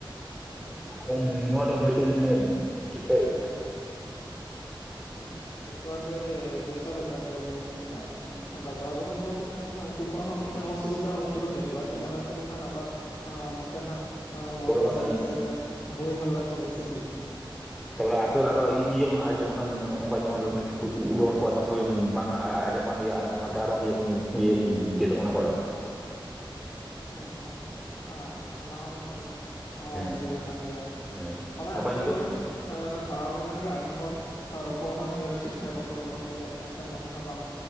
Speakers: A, on the left; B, in the centre.
A: ᱦᱩᱸ ᱟᱨ
B: ᱦᱮᱸ ᱱᱚᱣᱟ ᱫᱚ <unintelligible> ᱪᱮᱥᱴᱟᱭ ᱜᱮᱭᱟ᱾
A: ᱦᱮᱸ ᱱᱮᱴᱣᱟᱨᱠ ᱫᱚᱭ ᱰᱤᱥᱴᱟᱵᱷ ᱮᱫᱽ ᱠᱟᱱ ᱜᱮᱭᱟ ᱵᱷᱟᱹᱜᱤ ᱜᱮ
B: ᱦᱮᱸ
A: ᱟᱨ ᱵᱟᱡᱟᱨ ᱨᱮᱦᱚᱸ ᱡᱟᱦᱟᱸᱭ ᱠᱚ ᱛᱟᱦᱮᱱ ᱠᱟᱱᱟ ᱩᱱᱠᱩ ᱠᱚᱣᱟᱜ ᱦᱚᱸ ᱢᱤᱫᱴᱮᱱ ᱚᱥᱩᱵᱤᱫᱷᱟ ᱩᱱᱠᱩ ᱫᱚ ᱱᱮᱴᱣᱟᱨᱠ ᱮ ᱧᱟᱢᱮᱫ ᱛᱟᱠᱩ ᱠᱷᱟᱱ ᱟᱵᱟᱨ ᱱᱚᱛᱮ
B: ᱦᱮᱸ
A: ᱦᱟᱸᱜ ᱱᱚᱭᱮᱥ
B: ᱨᱚᱲ ᱵᱟᱝ
A: ᱠᱚ
B: ᱟᱸᱡᱚᱢᱚᱜ
A: ᱥᱮ
B: ᱠᱟᱱᱟ
A: ᱦᱳᱭ ᱦᱟᱞᱞᱟ ᱠᱚ ᱵᱮᱥᱤ ᱦᱩᱭᱩᱜ ᱠᱟᱱᱟ᱾
B: ᱛᱟᱨᱯᱚᱨ ᱟᱥᱚᱨ ᱟᱨᱚ ᱤᱭᱟᱹ ᱵᱟᱝ ᱟᱸᱡᱚᱢᱚᱜ ᱠᱟᱱᱟ ᱱᱚᱜ ᱱᱚᱝᱠᱟ ᱢᱮᱢᱚᱱ ᱨᱚᱲ ᱠᱚ ᱟᱫᱚᱢ ᱥᱚᱢᱚᱭ ᱵᱟᱝ ᱟᱸᱡᱚᱢᱚᱜ ᱠᱟᱱ ᱜᱮᱭᱟ ᱟᱨ ᱚᱱᱟᱛᱮ ᱟᱨᱚ ᱤᱭᱟᱹ ᱤᱭᱟᱹ ᱜᱮᱫᱚᱜ ᱚᱱᱟ ᱠᱚᱞ ᱨᱮ ᱨᱚᱲ,
A: ᱟᱪᱪᱷᱟ ᱦᱮᱸ ᱚᱱᱟ ᱦᱚᱸ ᱢᱤᱫᱴᱮᱱ ᱦᱚᱸ
B: ᱦᱮᱸ
A: ᱚᱥᱩᱵᱤᱫᱷᱟ ᱠᱟᱱ ᱜᱮᱭᱟ
B: ᱦᱮᱸ
A: ᱚᱱᱟ
B: ᱱᱚᱝᱠᱟ
A: ᱮᱸᱴᱠᱮᱴᱚᱬᱮ
B: ᱱᱤᱛᱚᱜ
A: ᱨᱮ ᱯᱟᱲᱟᱣ ᱠᱟᱛᱮ ᱜᱮ ᱟᱭᱢᱟ ᱦᱚᱲ ᱨᱚᱯᱚᱲ ᱦᱚᱸ ᱱᱤᱭᱟᱹᱨᱮ ᱴᱷᱤᱠ ᱴᱷᱟᱠ ᱵᱟᱠᱚ ᱨᱚᱯᱚᱲ ᱫᱟᱲᱮᱭᱟᱜ ᱠᱟᱱᱟ ᱥᱮ ᱢᱚᱱᱮ ᱦᱚᱸ ᱵᱟᱝ